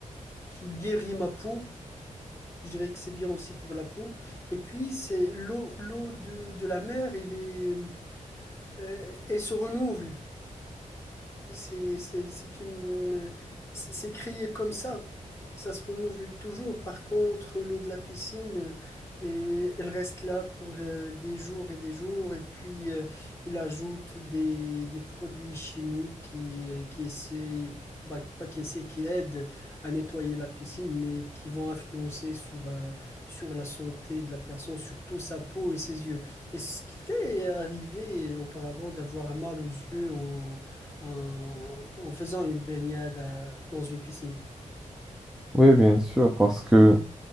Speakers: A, on the left; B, in the centre.
A: qui guérit ma peau Je dirais que c'est bien aussi pour la peau. Et puis, c'est l'eau, l'eau de, de la mer, elle est, euh, elle se renouvelle. C'est, c'est, c'est une, c'est c'est créé comme ça. Ça se renouvelle toujours. Par contre, l'eau de la piscine, euh, elle reste là pour euh, des jours et des jours. Et puis, euh, il ajoute des, des produits chimiques qui, euh, qui essaient, bah, pas qui essaient, qui aident à nettoyer la piscine, mais qui vont influencer sur, euh, sur la santé de la personne, surtout sa peau et ses yeux. Est-ce qu'il t'est arrivé euh, auparavant d'avoir mal aux yeux en en, en faisant une baignade à- dans une piscine.
B: Oui, bien sûr, parce que